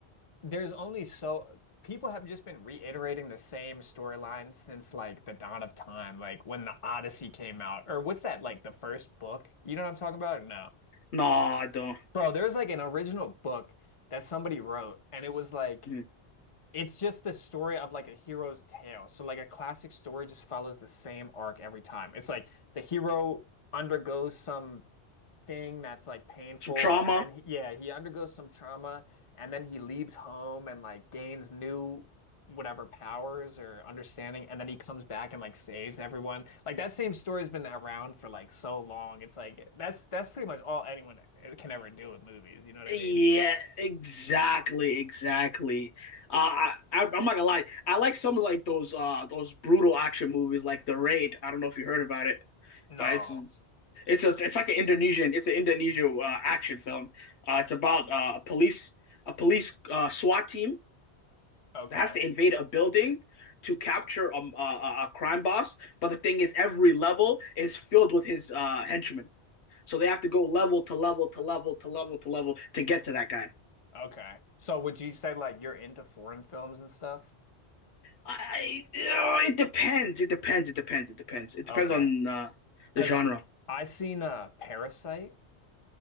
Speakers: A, on the left; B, on the left.
A: there's only so people have just been reiterating the same storyline since like the dawn of time, like when the Odyssey came out, or what's that like the first book? You know what I'm talking about? Or No.
B: No, I don't.
A: Bro, there was like an original book that somebody wrote, and it was like
B: Mm.
A: it's just the story of like a hero's tale. So like a classic story just follows the same arc every time. It's like the hero undergoes some thing that's like painful
B: Some trauma.
A: and then he, yeah he undergoes some trauma and then he leaves home and like gains new whatever powers or understanding and then he comes back and like saves everyone like that same story's been around for like so long it's like that's that's pretty much all anyone eh, can ever do with movies you know what
B: Yeah,
A: I mean
B: exactly, exactly. Uh, I, I I'm not gonna lie. I like some of like those uh those brutal action movies like The Raid. I don't know if you heard about it.
A: no
B: but it's it's a, it's like an Indonesian. It's an Indonesian uh, action film. Uh, it's about uh, a police a police uh, SWAT team
A: okay
B: that has to invade a building to capture a, a, a crime boss. But the thing is, every level is filled with his uh, henchmen, so they have to go level to level to level to level to level to get to that guy.
A: okay so would you say like you're into foreign films and stuff
B: I, I- oh, it depends. It depends. It depends. It depends. It depends
A: okay
B: on uh,
A: because
B: the genre.
A: I seen uh Parasite